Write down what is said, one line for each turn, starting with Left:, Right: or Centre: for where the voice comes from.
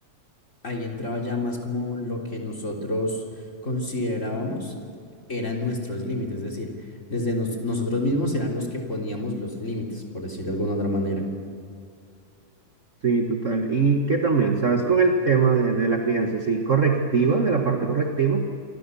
Left: ahí entraba ya más como lo que nosotros considerábamos eran nuestros límites, es decir, desde nos- nosotros mismos eran los que poníamos los límites, por decirlo de alguna otra manera.
Right: Sí, total. Y que también, ¿sabes? Con el tema de, de la crianza, sí, correctiva, de la parte correctiva,